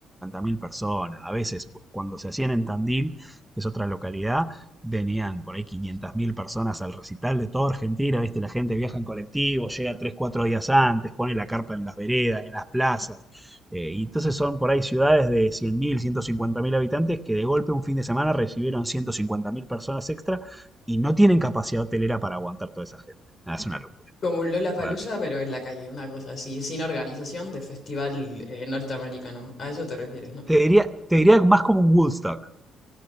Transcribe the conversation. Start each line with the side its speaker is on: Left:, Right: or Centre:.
Centre: mil personas. A veces, cuando se hacían en Tandil, que es otra localidad, venían por ahí 500.000 personas al recital de toda Argentina, ¿viste? La gente viaja en colectivo, llega 3 4 días antes, pone la carpa en las veredas, en las plazas. Eh, y entonces son por ahí ciudades de 100.000, mil habitantes que de golpe un fin de semana recibieron 150.000 personas extra y no tienen capacidad hotelera para aguantar toda esa gente. Ah, es una locura,
Left: Como un Lollapalooza,
Centre: realmente.
Left: pero en la calle, una cosa así, sin organización de festival eh, norteamericano. A eso te refieres, ¿no?
Centre: Te diría, te diría más como un Woodstock.